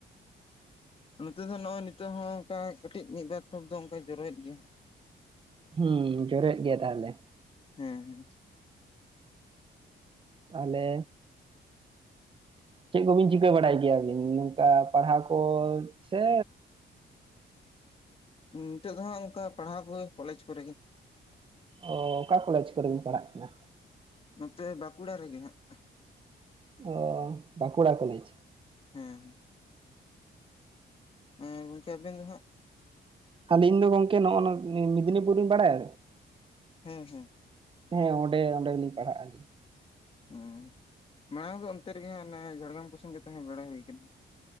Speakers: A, on the left; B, on the right.
A: ᱱᱚᱛᱮ ᱫᱚ ᱱᱚᱜ-ᱚᱭ ᱱᱤᱛᱚᱜ ᱦᱚᱸ ᱚᱱᱠᱟ ᱠᱟᱹᱴᱤᱡ ᱢᱤᱫ ᱵᱟᱨ ᱴᱚᱯ ᱫᱚ ᱚᱱᱠᱟᱭ ᱡᱚᱨᱚᱭᱮᱫ ᱜᱮᱭᱟ
B: ᱦᱩᱸ ᱡᱩᱨᱮᱫ ᱜᱮᱭᱟ ᱛᱟᱦᱞᱮ
A: ᱦᱮᱸ ᱦᱮᱸ
B: ᱛᱟᱦᱚᱞᱮᱼ ᱪᱮᱫ ᱠᱚᱵᱤᱱ ᱪᱤᱠᱟᱹ ᱵᱟᱲᱟᱭ ᱜᱮᱭᱟᱵᱤᱱ ᱱᱚᱝᱠᱟ ᱯᱟᱲᱦᱟᱣ ᱠᱚ ᱥᱮᱼ
A: ᱱᱤᱛᱚᱜ ᱫᱚ ᱦᱟᱜ ᱚᱱᱠᱟ ᱯᱟᱲᱦᱟᱣ ᱠᱚᱜ ᱠᱚᱞᱮᱡᱽ ᱠᱚᱨᱮᱜᱮ
B: ᱚ ᱚᱠᱟ ᱠᱚᱞᱮᱡᱽ ᱠᱚᱨᱮ ᱵᱤᱱ ᱯᱟᱲᱦᱟᱜ ᱠᱟᱱᱟ
A: ᱱᱚᱛᱮ ᱵᱟᱸᱠᱩᱲᱟ ᱨᱮᱜᱮ ᱦᱟᱸᱜ
B: ᱚ ᱵᱟᱸᱠᱩᱲᱟ ᱠᱚᱞᱮᱡᱽ
A: ᱦᱮᱸ ᱮᱸᱜ ᱜᱚᱝᱠᱮ ᱟᱵᱤᱱ ᱫᱚ ᱦᱟᱸᱜ
B: ᱟᱞᱤᱧ ᱫᱚ ᱜᱚᱝᱠᱮ ᱱᱚᱜᱼᱚᱭ ᱱᱚᱣᱟ ᱢᱮᱫᱽᱱᱤᱯᱩᱨ ᱵᱤᱱ ᱵᱟᱲᱟᱭᱟ
A: ᱦᱮᱸ ᱦᱮᱸ
B: ᱦᱮᱸ ᱚᱸᱰᱮ ᱚᱸᱰᱮᱞᱤᱧ ᱯᱟᱲᱦᱟᱜᱼᱟ ᱟᱞᱤᱧ
A: ᱦᱮᱸ ᱢᱟᱲᱟᱝ ᱫᱚ ᱚᱱᱛᱮ ᱨᱮᱜᱮ ᱦᱟᱸᱜ ᱚᱱᱟ ᱡᱷᱟᱲᱜᱨᱟᱢ ᱠᱚ ᱥᱚᱸᱜᱮ ᱛᱟᱦᱮᱸ ᱵᱟᱲᱟᱭ ᱦᱩᱭ ᱠᱟᱱᱟ